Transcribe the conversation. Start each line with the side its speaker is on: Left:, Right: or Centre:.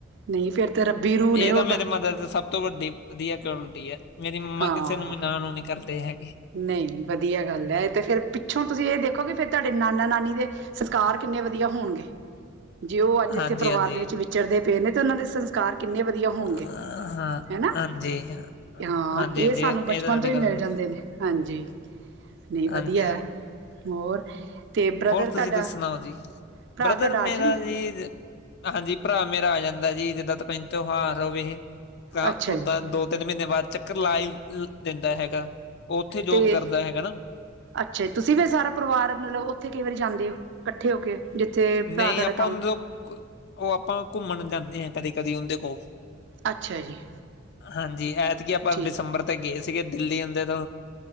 Right: ਨਹੀਂ ਫੇਰ ਤੇ ਰੱਬੀ ਰੂਹ ਨੇ
Left: ਇਹ
Right: ਉਹ
Left: ਤਾਂ ਮੇਰੇ ਮਦਰ'ਚ ਸਭ ਸਭ ਤੋਂ ਵੱਡੀ ਵਧੀਆ ਕੁਆਲਿਟੀ ਹੈ। ਮੇਰੀ ਮੰਮਾ
Right: ਹਾਂ
Left: ਕਿਸੇ ਨੂੰ ਮਨਾ ਨੂੰ ਨੀ ਕਰਦੇ ਹੈਗੇ।
Right: ਨਹੀਂ, ਵਧੀਆ ਗੱਲ ਹੈ ਐ ਤੇ ਫਿਰ ਪਿੱਛੋਂ ਤੁਸੀਂ ਇਹ ਦੇਖੋ ਕਿ ਫਿਰ ਤੁਹਾਡੇ ਨਾਨਾ ਨਾਨੀ ਦੇ ਸੰਸਕਾਰ ਕਿੰਨੇ ਵਧੀਆ ਹੋਣਗੇ। ਜੇ ਉਹ ਅੱਜ ਇੱਥੇ
Left: ਹਾਂਜੀ
Right: ਪਰਿਵਾਰ
Left: ਹਾਂਜੀ
Right: ਦੇ ਵਿੱਚ ਵਿਚਰਦੇ ਪਏ ਨੇ ਤੇ ਉਹਨਾਂ ਦੇ ਸੰਸਕਾਰ ਕਿੰਨੇ ਵਧੀਆ ਹੋਣਗੇ
Left: ਹਾਂ
Right: ਹਨਾ?
Left: ਹਾਂਜੀ ਹਾਂਜੀ
Right: ਹਾਂ ਨਾ ਇਹ
Left: ਹਾਂਜੀ
Right: ਸਾਨੂੰ ਬਚਪਨ
Left: ਤਾਂ ਤੁਹਾਡੀ
Right: ਤੋਂ ਹੀ
Left: ਗੱਲ
Right: ਮਿਲ ਜਾਂਦੇ ਨੇ। ਹਾਂਜੀ, ਨਹੀਂ ਵਧੀਆ
Left: ਹਾਂਜੀ
Right: ਹੋਰ? ਤੇ ਬ੍ਰਦਰ
Left: ਹੋਰ ਤੁਸੀਂ
Right: ਤੁਹਾਡਾ
Left: ਦੱਸਣਾ ਓ ਜੀ?
Right: ਭਰਾ
Left: ਬ੍ਰਦਰ
Right: ਤੁਹਾਡਾ ਆ
Left: ਮੇਰਾ
Right: ਜਾਂਦਾ
Left: ਜੀ ਹਾਂਜੀ, ਭਰਾ ਮੇਰਾ ਆ ਜਾਂਦਾ ਜੀ ਜਿੱਦਾਂ ਪਿੰਤ ਤੂਓਹਾਰ ਹੋਵੇ।
Right: ਅੱਛਾ
Left: ਓਦਾਂ
Right: ਜੀ
Left: ਦੋ-ਤਿੰਨ ਮਹੀਨੇ ਬਾਅਦ ਚੱਕਰ ਲਾ ਦਿੰਦਾ ਹੈਗਾ। ਉੱਥੇ ਜੋਬ
Right: ਤੇ
Left: ਕਰਦਾ ਹੈਗਾ ਨਾ।
Right: ਅੱਛਾ ਜੀ, ਤੁਸੀਂ ਫੇਰ ਸਾਰਾ ਪਰਿਵਾਰ ਮਤਲਬ ਉੱਥੇ ਕਈ ਵਾਰੀ ਜਾਂਦੇ ਹੋ ਇਕੱਠੇ ਹੋ ਕੇ? ਜਿੱਥੇ
Left: ਨਹੀਂ,
Right: ਭਰਾ ਤੁਹਾਡਾ
Left: ਆਪਾਂ
Right: ਕੰਮ
Left: ਉਹ ਉਹ ਆਪਾਂ ਘੁੰਮਣ ਜਾਂਦੇ ਹਾਂ ਕਦੀ-ਕਦੀ ਉਹਦੇ ਕੋਲ।
Right: ਅੱਛਾ ਜੀ।
Left: ਹਾਂਜੀ, ਐਦਕੀ ਆਪਾਂ
Right: ਠੀਕ
Left: ਦਿਸੰਬਰ ਤੇ ਗਏ ਸੀਗੇ, ਦਿੱਲੀ ਆਉਦੇ ਤੋਂ।